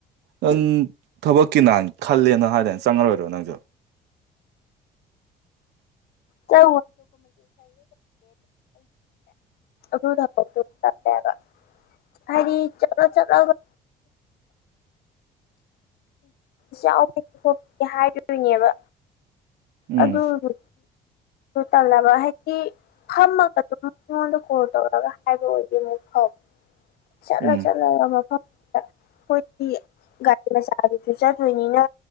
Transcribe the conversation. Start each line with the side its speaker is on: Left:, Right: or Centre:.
Right: ꯅꯪ ꯊꯕꯛꯀꯤꯅꯥ ꯈꯜꯂꯦꯅ ꯍꯥꯏꯗꯅ ꯆꯪꯉꯔꯣꯏꯗꯔꯣ ꯅꯪꯁꯨ
Left: ꯆ ꯗꯣ ꯑꯗꯨꯕ ꯍꯥꯏꯗꯤ ꯆꯠꯂ ꯆꯠꯂ ꯁ ꯍꯥꯏꯗꯣꯏꯅꯦꯕ
Right: ꯎꯝ
Left: ꯑꯗꯨꯕꯨ ꯇꯜꯂꯕ ꯍꯥꯏꯗꯤ ꯐꯝꯃꯒ ꯑꯗꯨꯝ ꯑꯩꯉꯣꯟꯗ ꯀꯣꯜ ꯇꯧꯔꯒ ꯍꯥꯏꯕ ꯑꯣꯏꯗꯤ ꯑꯃꯨꯛ ꯐꯥꯕ ꯆꯠꯂ
Right: ꯎꯝ
Left: ꯆꯠꯂꯒ ꯃꯐꯝꯗ ꯑꯩꯈꯣꯏꯒꯤꯒꯥ ꯃꯆꯥꯗꯨꯁꯨ ꯆꯠꯇꯣꯏꯅꯤꯅ